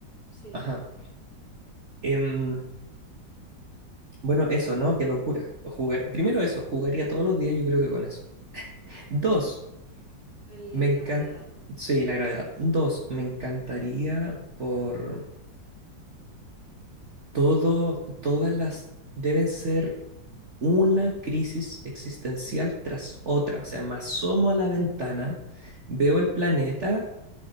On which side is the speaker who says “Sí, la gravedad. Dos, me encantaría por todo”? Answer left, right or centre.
Right